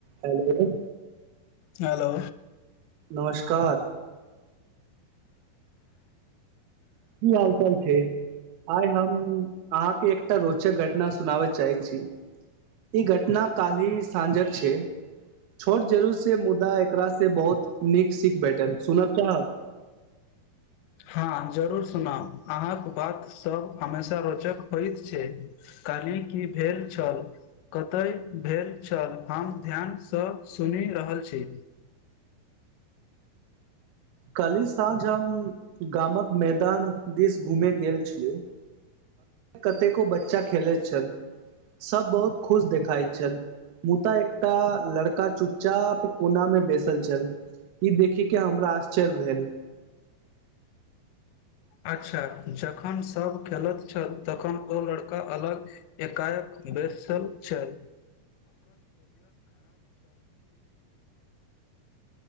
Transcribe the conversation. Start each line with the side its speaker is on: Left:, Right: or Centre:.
Right: Hello
Left: hello
Right: नमस्कार की हालचाल छै। आइ हम अहाँके एक टा रोचक घटना सुनाबय चाहै छी। ई घटना कालहि साँझक छै। छोट जरूर से मुदा एकरा से बहुत नीक सीख भेटल सुनब चाहब
Left: हँ जरूर सुनाउ अहाँक बात सभ हमेशा रोचक होइत छै। काल्हि की भेल छल कतय भेल छल हम ध्यानसँ सुनि रहल छी।
Right: काल्हि साँझ हम गामक मैदान दिस घूमे गेल छलियु कतेको बच्चा खेलैत छल सब बहुत खुश देखाइत छल मुदा एकटा लड़का चुपचाप कोना मे बसल छल ई देखे के हमरा आश चल भेल
Left: अच्छा जखन सभ खेलैत छल। तखन ओ लड़का अलग एकाएक बैसल छल।